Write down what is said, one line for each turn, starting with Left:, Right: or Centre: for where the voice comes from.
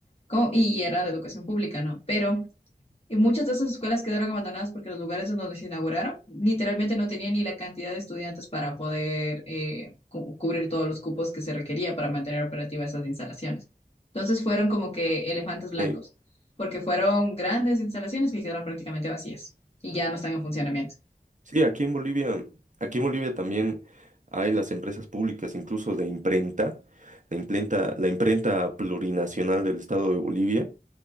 Left: Como- y era de educación pública, ¿no? Pero y muchas de esas escuelas quedaron abandonadas porque los lugares en donde se inauguraron literalmente no tenían ni la cantidad de estudiantes para poder eh, cu- cubrir todos los cupos que se requería para mantener operativas esas instalaciones. Entonces fueron como que elefantes blancos,
Right: Eh,
Left: porque fueron grandes instalaciones que quedaron prácticamente vacías y ya no están en funcionamiento.
Right: Sí, aquí en Bolivia, aquí en Bolivia también hay las empresas públicas, incluso de imprenta, la imprenta, la imprenta plurinacional del estado de Bolivia,